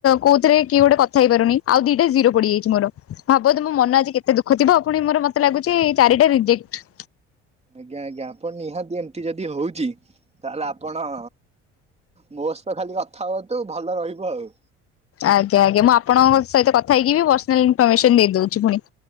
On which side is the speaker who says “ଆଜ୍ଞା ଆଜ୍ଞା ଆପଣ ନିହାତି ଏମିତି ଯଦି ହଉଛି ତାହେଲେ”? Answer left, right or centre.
Right